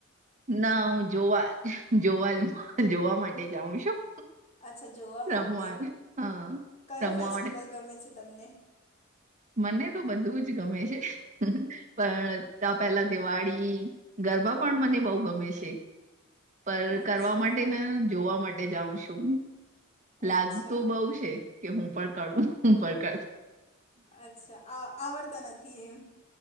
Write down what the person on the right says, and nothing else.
ના હું જોવા જોવા જોવા માટે જાઉં છું
રમવા હા
રમવા
માટે
મને તો બધું જ ગમે છે પણ પેલા દિવાળી ગરબા પણ મને બહુ ગમે છે પર
કરવા માટે ને જોવા માટે જાઉ શું લાગતું
બઉ છે કે હું પણ કરું હું પણ ક